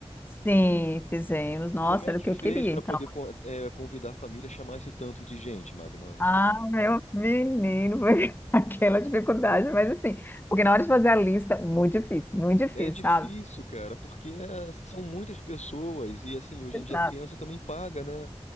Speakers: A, on the left; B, on the left.
A: sim, fizemos. Nossa,
B: Como é
A: era
B: que
A: o que
B: fez
A: eu queria.
B: pra
A: Então.
B: poder co- eh, convidar a família a chamar esse tanto de gente, Magnolia?
A: Ah, meu menino, foi <laughs> aquela dificuldade, mas assim, porque na hora de fazer a lista, muito difícil, muito difícil,
B: É difícil,
A: sabe?
B: cara, porque é, são muitas pessoas e assim, hoje
A: Exato.
B: em dia a criança também paga, né?